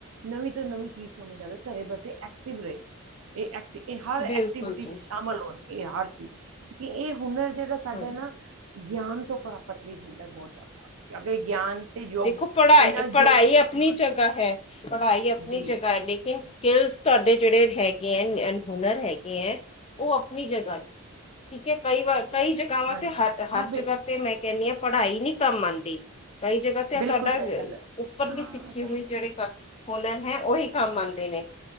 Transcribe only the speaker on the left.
ਬਿਲਕੁਲ
ਜੀ
ਹਾਂਜੀ
ਦੇਖੋ ਪੜ੍ਹਾਈ-ਪੜ੍ਹਾਈ
ਆਪਣੀ
ਜਗ੍ਹਾ ਹੈ ਪੜ੍ਹਾਈ ਆਪਣੀ
ਜਗਾਹ ਹੈ ਲੇਕਿ ਸਕਕਿਲਸ ਤੁਹਾਡੇ ਜਿਹੜੇ ਹੈਗੇ ੲ ਹੁਨਰ ਹੈਗੇ ਹੈ ਉਹ ਆਪਣੀ ਜਗ੍ਹਾ ਠੀਕ ਹੈ ਕਈ ਵਾਰ ਕਈ ਜਗ੍ਹਾਵਾਂ
ਤੇ ਹਰ, ਹਰ
ਜਗ੍ਹਾ ਤੇ ਮੈਂ ਕਹਿੰਦੀ ਹਾਂ ਪੜ੍ਹਾਈ ਨਈ ਕੰਮ ਆਉਂਦੀ ਕਈ ਜਗ੍ਹਾ ਤੁਹਾਡਾ
ਉੱਪਰਲੀ
ਸਿੱਖੀ
ਹੋਈ
ਜਿਹੜੇ ਕ ਹੁਨਰ ਹੈ ਉਹੀ ਕੰਮ ਆਉਂਦੇ ਨੇ।